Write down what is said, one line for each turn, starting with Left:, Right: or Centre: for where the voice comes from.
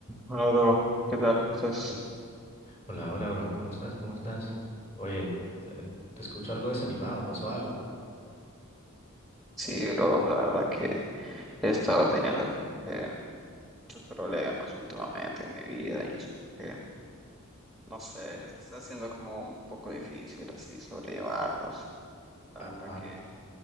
Centre: Hola, bro. ¿Qué tal? ¿Cómo estás?
Left: Hola, hola, bro. ¿Cómo estás? ¿Cómo estás? Oye, te te escucho algo desanimado. ¿Pasó algo?
Centre: Sí, bro, la verdad que he estado teniendo como que muchos problemas últimamente en mi vida y eso que, no sé, está siendo como un poco difícil así sobrellevarlos. La
Left: Ah,
Centre: verdad que